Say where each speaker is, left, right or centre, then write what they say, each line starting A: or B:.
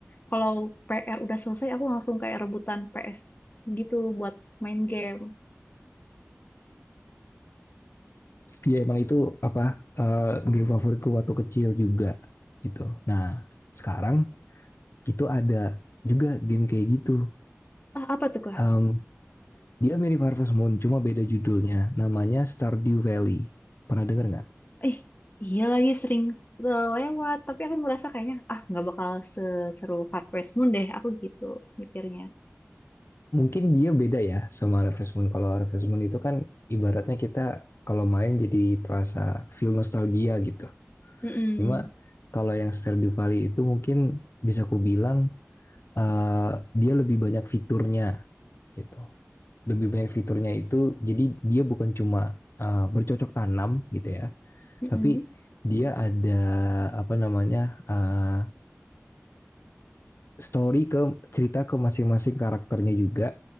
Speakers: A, on the left; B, on the left.
A: kalau PR udah selesai aku langsung kayak rebutan PS gitu buat main game.
B: ya emang itu apa eh, game favoritku waktu kecil juga gitu. Nah sekarang itu ada juga game kayak gitu.
A: Ah, apa tuh Kak?
B: Em, dia mirip Harvest Moon cuma beda judulnya. Namanya Stardew Valley. Pernah dengar nggak?
A: Ih, iya lagi sering lewat, tapi aku merasa kayaknya ah nggak bakal seseru Harvest Moon deh, aku gitu mikirnya.
B: Mungkin dia beda ya sama Harvest Moon. Kalau Harvest Moon itu kan ibaratnya kita kalau main jadi terasa feel nostalgia gitu.
A: Mm-mm.
B: Cuma kalau yang Stardew Valley itu mungkin bisa ku bilang eh, dia lebih banyak fiturnya gitu. lebih banyak fiturnya itu jadi dia bukan cuma uh, bercocok tanam gitu ya
A: Mm-mm.
B: tapi dia ada apa namanya uh, story ke cerita ke masing-masing karakternya juga